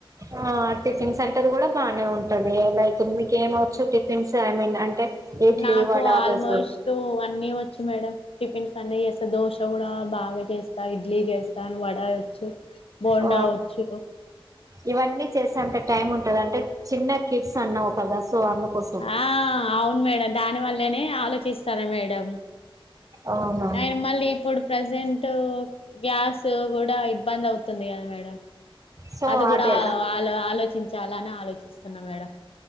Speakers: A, on the right; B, on the left.
A: ఆ టిఫిన్స్ సెంటర్ కూడా బానే ఉంటది. లైక్ మీకు ఏమ్ వచ్చు టిఫిన్స్ ఐ మీన్ అంటే ఇడ్లీ
B: నాకు
A: వడ
B: ఆల్మోస్ట్
A: దోశ
B: అన్నీ వచ్చు మేడం టిఫిన్స్ అన్ని చేస్తా దోశ కూడా బాగా చేస్తా. ఇడ్లీ చేస్తా. స్ను వడయి వచ్చు. బోండా
A: ఆ
B: వచ్చు.
A: ఇవన్నీ చేసేంత టైమ్ ఉంటంది. అంటే చిన్న కిడ్స్ అన్నావ్ కదా సో అందుకోసం
B: ఆ అవును మేడం దాని వల్లనే ఆలోచిస్తాను. మేడం
A: అవునా
B: ఆయన మళ్ళీ ఇప్పుడు ప్రజెంట్ గ్యాస్ కూడా ఇబ్బంది. అవుత తుంది కదా మేడం
A: సో
B: అది కూడా
A: అదే
B: అలో ఆలోచించాలని ఆలోచిస్తున్నా మేడం